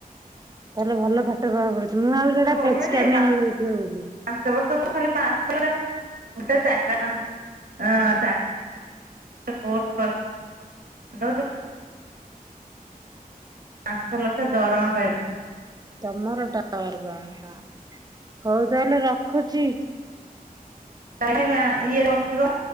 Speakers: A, on the right (about 25°); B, on the right (about 70°).
A: ତାହେଲେ ଭଲ ପାଠ <unintelligible> ପଡୁଛି। ମୁଁ ଆଉ ସେଟା
B: ବଢିଆ
A: ଫେଚ୍‌କାମିଆ
B: ଯେ
A: ହେଇଯାଉଥିବ ବୋଲି।
B: ପାଞ୍ଚ ବର୍ଷ ତ ଖାଲି ପାସ୍ କ ଗୋଟେ ଚାରଟହଁ ଚା କୋର୍ଟ କର। ନହଲେ ତ ପାଞ୍ଚ ଲକ୍ଷ ଦରମା ପାଇମ
A: ତମର ଟାୱାର ପାଉନି ହଁ ହୋଉ ତାହେଲେ ରଖୁଚି।
B: କାଲି ଇଏ ରଖିବ।